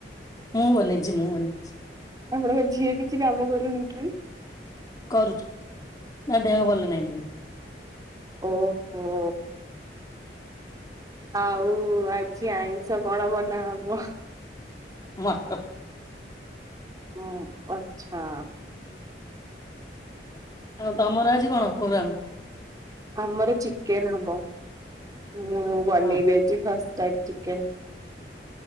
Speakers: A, on the left; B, on the right.
A: ମୁଁ ବନେଇଛି ମୁଁ ବନେଇଛି।
B: ଆପଣଙ୍କ ଝିଅ କିଛି କାମ କରୁନି କି?
A: କରୁଛି ତା ଦେହ ଭଲ ନାଇଁ ଟିକେ।
B: ଓହୋ। ଆଉ ଆଜି ଆଇଁଷ କଣ ବନାହେବ?
A: <inaudible>
B: ହଁ ଆଚ୍ଛା।
A: ଆଉ ତମର ଆଜି କଣ ପ୍ରୋଗ୍ରାମ?
B: ଆମର ଚିକେନ ହବ। ମୁଁ ବନେଇବି
A: ହଁ
B: ଆଜି ଖାସ୍। Type chicken.